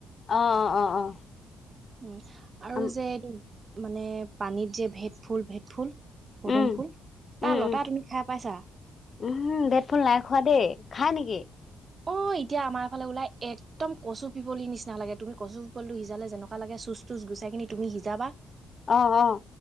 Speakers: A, on the left; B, on the right.
A: অহ অ অ অ।
B: উম, আৰু
A: উম
B: যে এইটো মানে পানীত যে ভেদ ফুল, ভেদ ফুল, পদুম
A: উম
B: ফুল তাৰ
A: উম
B: লতা
A: উম
B: তুমি খাই পাইছা
A: উমহো ভেদফুল নাই খোৱা দেই খাই নেকি?
B: অ এতিয়া আমাৰ ফালে ওলাই একদম কচু পিপলিৰ নিচিনা লাগে তুমি কচু পিপলি টো সিজালে যেনেকুৱা লাগে। চুচ তুচ গুচাইকিনি তুমি সিজাবা।
A: অহ, অহ।